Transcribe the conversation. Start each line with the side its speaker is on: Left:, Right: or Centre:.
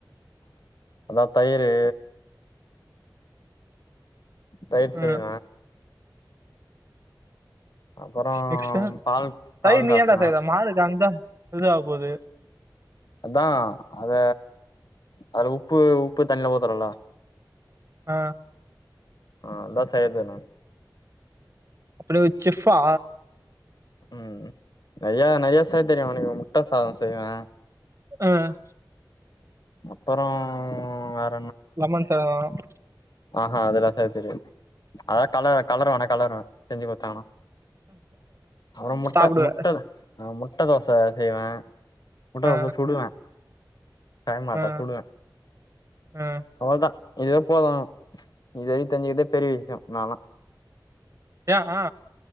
Left: அதா தையிரு தயிர் செய்வே
Right: ம்
Left: அப்பறோ
Right: நெக்ஸ்ட்டு
Left: பால் பால்
Right: தையிர் நீ
Left: காசுவே
Right: ஏன்டா செய்ற மாடு தந்தா இது ஆகப்போது
Left: அதா அத அதுல உப்பு உப்பு தண்ணில ஊத்துரோல
Right: அ
Left: ஆ அதா செய்றது நான்
Right: அப்டி ஒரு செஃவ்வா
Left: ம் நெறைய நெறைய செய்ய தெரியு உனக்கு முட்ட சாத செய்வே
Right: ம்
Left: அப்பறம்
Right: லெமன் சாதம்
Left: ஆஹீ அதெல்லா செய்ய தெரியாது அதா கலருவே கலருவே வேணா கலருவே செஞ்சு குடுத்தாங்கனா அப்புறம் முட்ட
Right: சாப்டுவ
Left: முட்டது ஆ முட் முட்ட தோச செய்வே முட்ட
Right: ஆ
Left: தோச சுடுவே செய்மாட்டே
Right: ஆ
Left: சுடுவே
Right: ஆ
Left: அவ்ளதா இதுவே போது இது வரையு தெஞ்சுக்கதே பெரிய விஷய நாலா
Right: ஏ ஆ